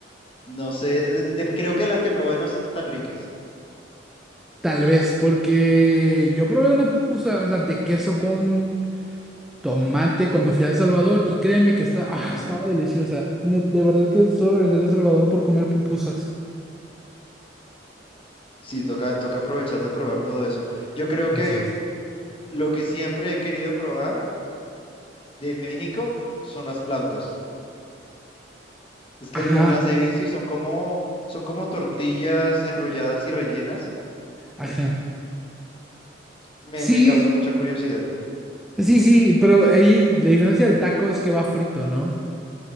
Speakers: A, on the left; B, in the centre.
A: No sé, eh, de- creo que las que probé no están tan ricas.
B: Tal vez, porque yo probé una pupusa, o sea, de queso con tomate cuando fui a El Salvador y créeme que está, ah,
A: Ajá.
B: estaba deliciosa. Ne- De verdad que solo regresaría a El Salvador por comer pupusas.
A: Sí, toca, toca aprovechar de probar todo eso. Yo creo
B: Así
A: que
B: es.
A: lo que siempre he querido probar de México son las flautas. Es que
B: Ajá,
A: la- las he visto y son como, son como tortillas enrolladas y rellenas.
B: ajá.
A: Me,
B: Sí,
A: me causa mucha curiosidad.
B: sí, sí, pero ahí la diferencia del taco es que va frito, ¿no?